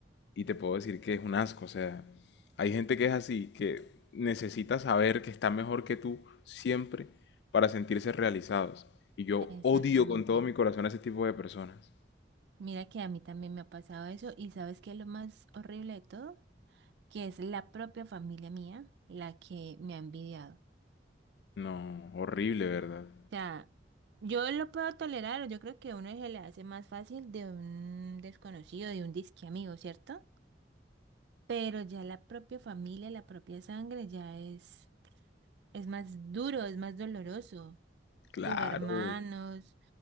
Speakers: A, on the left; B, on the right.
A: Y te puedo decir que es un asco. O sea, hay gente que es así, que necesita saber que está mejor que tú siempre para sentirse realizados. Y yo
B: exactamente.
A: odio con todo mi corazón a ese tipo de personas.
B: Mira que a mí también me ha pasado eso y ¿sabes qué es lo más horrible de todo? Que es la propia familia mía la que me ha envidiado. O
A: No, horrible, ¿verdad?
B: sea, yo lo puedo tolerar, yo creo que a uno se le hace más fácil de un desconocido, de un disque amigo, ¿cierto? Pero ya la propia familia, la propia sangre ya es, es más duro, es más doloroso.
A: Claro,
B: Tus hermanos,